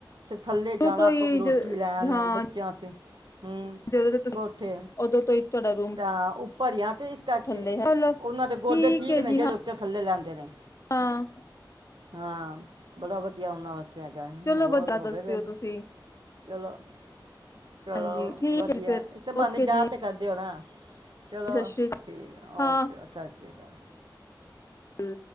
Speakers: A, on the right; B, on the left.
A: ਤੇ ਥੱਲੇ ਜਾਣਾ
B: ਤੋਂ ਹੀ
A: ਰੋਟੀ ਲੈਣ,
B: ਹਾਂ
A: ਬੱਚਿਆਂ ਚ ਹਮ
B: ਜਦੋਂ ਤੁਸੀਂ
A: ਕੋਠੇ,
B: ਉਦੋਂ ਤੋਂ ਹੀ ਤੁਹਾਡਾ ਰੂਮ
A: ਤਾਂ ਉੱਪਰ ਆ ਤੇ ਇਸ ਕਰਕੇ
B: ਥੱਲੇ ਹੈ ਚਲੋ
A: ਉਹਨਾਂ ਦੇ ਗੋਡੇ ਠੀਕ
B: ਹੈ
A: ਨੇ
B: ਜੀ
A: ਜਿਹੜੇ ਉੱਥ ਥੱਲੇ ਲੈਂਦੇ ਨੇ
B: ਹਾਂ
A: ਹਾਂ ਬੜਾ ਵਧੀ ਵਧੀਆ ਉਹਨਾਂ ਬਸ, ਹੈਗਾ,
B: ਚਲੋ
A: ਹੋਰ
B: ਵਧੀਆ
A: ਹੋ
B: ਦੱਸਦੇ
A: ਗਏ ਫਿਰ
B: ਤੁਸੀਂ
A: ਚਲੋ ਚਲੋ
B: ਹਾਂਜੀ ਠੀਕ
A: ਵਧੀਆ
B: ਹੈ ਜੀ ਫਿਰ
A: ਇਸੇ ਬਹਾਨੇ
B: ਓਕੇ
A: ਯਾਦ
B: ਜੀ
A: ਤੇ ਕਰ ਦੇ ਔ ਨਾ ਚਲੋ
B: ਸਤਿ ਸ਼੍ਰੀ
A: ਠੀਕ ਹੈ,
B: ਅਕਾਲ
A: ਓਕੇ ਸਤਿ ਸ਼੍ਰੀ ਅਕਾਲ
B: ਹੂੰ,